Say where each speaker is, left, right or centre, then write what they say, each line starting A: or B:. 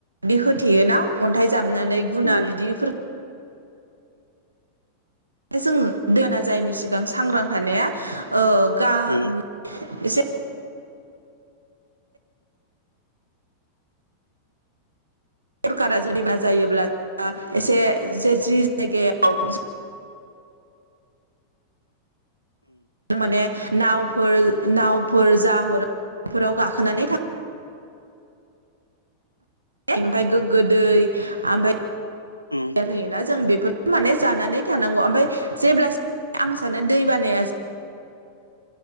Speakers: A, on the right; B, on the left.
A: बिदि होथेयोना अन्थाइ जामनानै गुना
B: उम
A: बिदिफोर जों दोना जायनि सिगां सांग्रां थानाया ओ गाम
B: उम
A: एसे सरखारा जुदिबा जायोब्ला एसे जे जि जायगायाव माने नावफोर नावफोर जा हरो बेफोराव गाखोनानै थां ओमफ्राय गोगो दै ओमफ्राय
B: उम
A: होयोना जों बे फोर माने जानानै थानांगौ ओमफ्राय जेब्ला आं सानो दै बानाया